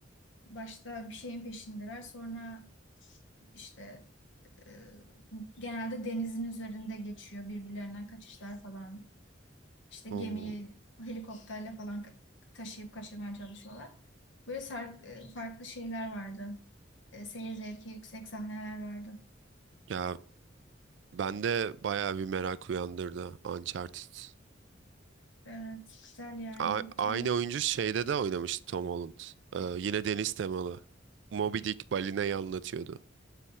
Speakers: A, on the left; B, on the right.
A: Başta bir şeyin peşindeler. Sonra işte e, genelde denizin üzerinde geçiyor. Birbirlerinden kaçışlar falan. İşte gemiyi
B: Oo,
A: helikopterle falan ka- taşıyıp kaçırmaya çalışıyorlar. Böyle sar- e, farklı şeyler vardı. E, seyir zevki yüksek sahneler vardı.
B: ya bende bayağı bir merak uyandırdı Uncharted.
A: Evet, güzel yani.
B: A-
A: Tom
B: aynı oyuncu şeyde de oynamıştı Tom Holland. Ee, yine deniz temalı. Moby Dick balinayı anlatıyordu.